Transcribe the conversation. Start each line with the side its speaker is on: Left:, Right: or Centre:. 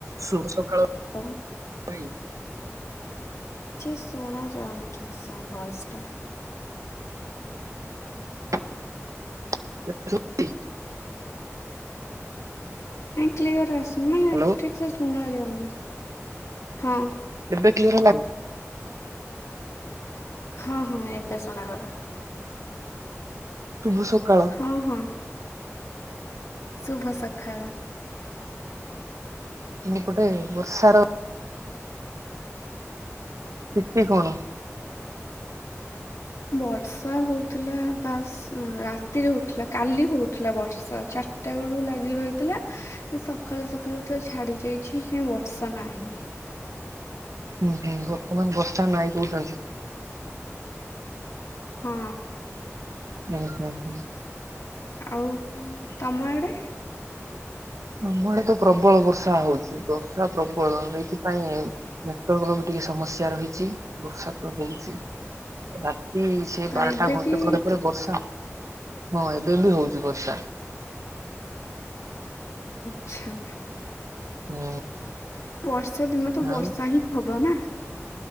Right: ଶୁଭ ସକାଳ
Left: ହଉ
Right: ଭାଇ।
Left: କିଛି ଶୁଣାଯାଉନି ଠିକ୍ ସେ ଭଏସ ଟା।
Right: <inaudible> ଏବେ ଶୁବୁଚି?
Left: ନାଇଁ କ୍ଲିୟର ଆସୁନି ମାନେ
Right: ହ୍ୟାଲୋ
Left: ଠିକସେ ଶୁଣାଯାଉନି ହଁ।
Right: ଏବେ କ୍ଲିୟର ହେଲାକି?
Left: ହଁ ହଁ ଏବେ ଶୁଣାଗଲା।
Right: ଶୁଭ ସକାଳ।
Left: ହଁ ହଁ ଶୁଭ ସଖାଳ।
Right: <inaudible> ଏପଟେ ବର୍ଷାର ସ୍ଥିତି କଣ?
Left: ବର୍ଷା ହୋଉଥିଲା ବାସ୍। ଉଁ ରାତିରେ ହୋଉଥିଲା କାଲି ହୋଉଥିଲା ବର୍ଷା ଚାରିଟା ବେଳୁ ଲାଗି ରହିଥିଲା। ଏଇ ସଖାଳୁ ସଖାଳୁ ତ ଛାଡି ଯାଇଚି କାଇଁ ବର୍ଷା ନାହିଁ।
Right: ହୁଁ ହୁଁ ବର୍ତ୍ତମାନ ବର୍ଷା ନାଇଁ କୋହୁଚନ୍ତି।
Left: ହୁଁ।
Right: ହୁଁ ହୁଁ ହୁଁ।
Left: ଆଉ ତମ ଆଡେ?
Right: ଆମ ଆଡେ ତ ପ୍ରବଳ ବର୍ଷା ହୋଉଚି। ବର୍ଷା ପ୍ରବଳ ହେଇଥିପାଇଁ ନେଟୱାର୍କର ବି ଟିକେ ସମସ୍ୟା ରହିଛି। ବର୍ଷା ତ ହୋଉଛି ରାତି ସେ
Left: ତ
Right: ବାରଟା
Left: ଏବେ
Right: ଘଣ୍ଟେ
Left: ବି
Right: ପରେ ପରେ ବର୍ଷା ହଁ ଏବେ ବି ହୋଉଚି ବର୍ଷା।
Left: ଆଚ୍ଛା।
Right: ହୁଁ।
Left: ବର୍ଷା ଦିନ ତ ବର୍ଷା
Right: ଆଉ
Left: ହିଁ ହବ ନା।